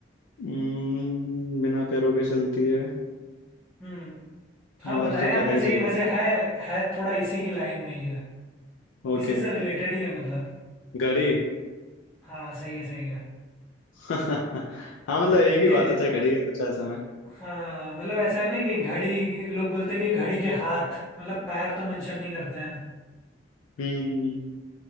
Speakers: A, on the left; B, in the centre.
A: हम्म, बिना पैरों के चलती है
B: हम्म हाँ
A: और
B: बताया
A: तो क्या
B: आपने
A: ही
B: सही
A: चलेगा
B: है वैसे है है थोड़ा इसी की लाइन में ही है
A: ओके
B: इसी से रिलेटेड ही है मतलब
A: घड़ी
B: हाँ सही है सही है
A: <laughs> हाँ मतलब एक
B: क्योंकि
A: ही बात है चाहे घड़ी का तो चाहे समय
B: हाँ मतलब ऐसा है ना कि घड़ी लोग बोलते हैं कि घड़ी के हाथ मतलब पैर तो मेंशन नहीं करते हैं
A: हम्म